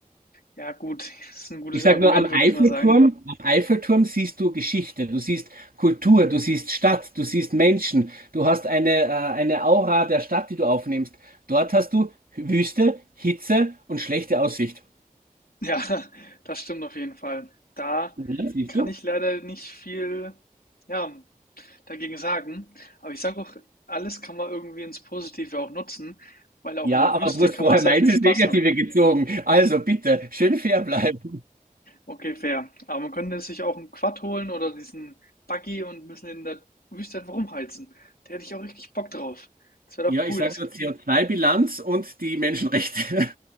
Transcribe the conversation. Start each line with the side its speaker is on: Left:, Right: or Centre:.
Left: Ja, gut, <laughs> das ist ein gutes
Right: Ich
Left: Argument,
Right: sage nur, am
Left: würde
Right: Eiffelturm,
Left: ich mal sagen.
Right: am Eiffelturm siehst du Geschichte, du siehst Kultur, du siehst Stadt, du siehst Menschen, du hast eine, äh, eine Aura der Stadt, die du aufnimmst. Dort hast du Wüste, Hitze und schlechte Aussicht.
Left: Ja, <laughs> das stimmt auf jeden Fall. Da
Right: Ja, siehst
Left: kann
Right: du?
Left: ich leider nicht viel, ja, dagegen sagen. Aber ich sage auch, alles kann man irgendwie ins Positive auch nutzen, weil auch
Right: Ja,
Left: in der
Right: aber
Left: Wüste
Right: du hast
Left: kann
Right: vorher
Left: man sehr
Right: meins
Left: viel Spaß
Right: ins Negative
Left: haben.
Right: gezogen. Also bitte, schön fair bleiben.
Left: Okay, fair. Aber man könnte sich auch 'n Quad holen oder diesen Buggy und 'n bisschen in der Wüste einfach rumheizen. Da hätte ich auch richtig Bock drauf. Das wäre
Right: Ja,
Left: doch
Right: ich
Left: cool.
Right: sage
Left: Das
Right: nur CO2-Bilanz und die Menschenrechte.